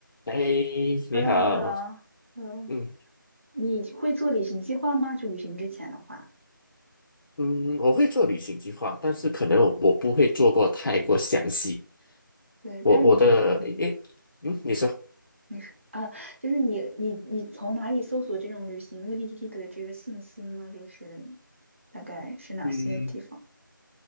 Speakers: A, on the left; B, on the right.
A: 哎，
B: Hello，
A: 你好，
B: 你好。Hello，
A: 嗯
B: 你会做旅行计划吗？就旅行之前的话，
A: 嗯，我会做旅行计划，但是可能我我不会做过太过详细。
B: 对，
A: 我我的诶，
B: 但是你这，嗯，
A: 嗯，你说，
B: 你说，啊，就是你你你从哪里搜索这种旅行目的地的这个信息呢？就是大概是哪些地方？
A: 嗯，